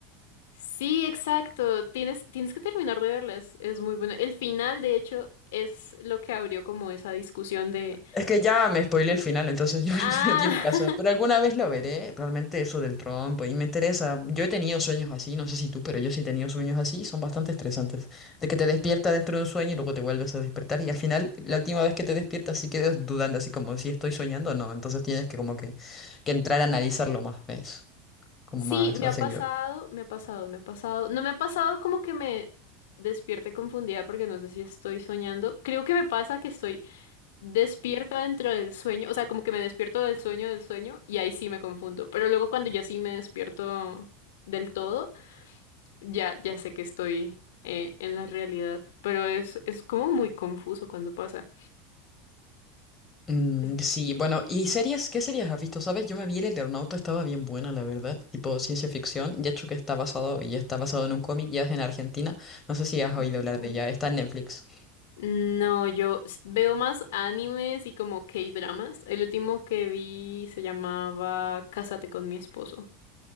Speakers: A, on the left (about 85°); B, on the left (about 25°).
A: Sí, exacto. Tienes, tienes que terminar de verlas. Es muy bueno. El final, de hecho, es lo que abrió como esa discusión de,
B: Es que ya me spoilé el final, entonces yo <laughs>
A: ah,
B: no tiene caso.
A: <laughs>
B: Pero alguna vez lo veré, realmente eso del trompo, y me interesa. Yo he tenido sueños así, no sé si tú, pero yo sí he tenido sueños así, son bastante estresantes. De que te despierta dentro de un sueño y luego te vuelves a despertar, y al final, la última vez que te despiertas, sí quedas dudando, así como si estoy soñando o no. Entonces tienes que como que, que entrar a analizarlo más, ¿ves? Como
A: sí,
B: más,
A: me
B: más
A: ha
B: seguido.
A: pasado, me ha pasado, me ha pasado. No me ha pasado como que me despierte confundida porque no sé si estoy soñando. Creo que me pasa que estoy despierta dentro del sueño, o sea, como que me despierto del sueño del sueño y ahí sí me confundo. Pero luego cuando ya sí me despierto del todo. Ya, ya sé que estoy eh, en la realidad, pero es, es como muy confuso cuando pasa.
B: Mm,
A: Es-
B: sí, bueno, ¿y series? ¿Qué series has visto? ¿Sabes? Yo me vi El Eternauta, estaba bien buena, la verdad. Tipo ciencia ficción, ya hecho que está basado, y está basado en un cómic, ya es en Argentina. No sé si has oído
A: Mm.
B: hablar de ella, está en Netflix.
A: No, yo s- veo más animes y como K-dramas. El último que vi se llamaba Cásate con mi esposo.